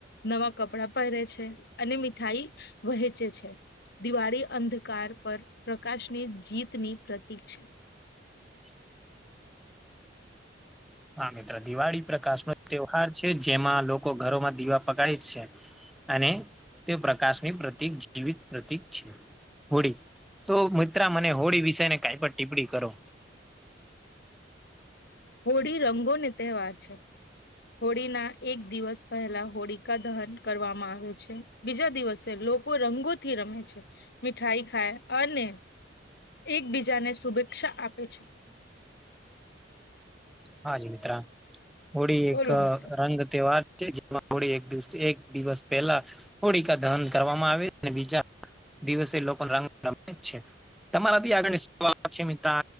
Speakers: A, on the left; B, in the centre.
A: નવા કપડાં પહેરે છે અને મીઠાઈ વહેંચે છે. દિવાળી અંધકાર પર પ્રકાશની જીતની પ્રતિક છે.
B: <unintelligible> હા મિત્ર દિવાળી પ્રકાશ નો તહેવાર છે જેમાં લોકો ઘરોમાં દીવા પકડાય જ છે. અને તે પ્રકાશની પ્રતિક જીવિત પ્રતિક છે હોડી. તો મિત્ર મને હોળી વિષયને કાઈ પણ ટીપ્પણી કરો.
A: હોળી રંગોને તહેવાર છે.
B: <inaudible>
A: હોળીના એક દિવસ પહેલા હોળિકા દહન કરવામાં આવે છે બીજા દિવસે લોકો રંગો. થી રમે છે મીઠાઈ ખાય અને એક બીજાને શુભેચ્છા આપે છે.
B: હા જ મિત્રા હોળી
A: બોલો
B: એક
A: મિત્ર
B: રંગ તહેવાર જે હો એક દિવસ પહેલા હોળકા દહન કરવામાં આવે અને બીજા દિવસે લોકો રંગ <unintelligible> છે તમારાથી આગળ સવાલ છે મિત્ર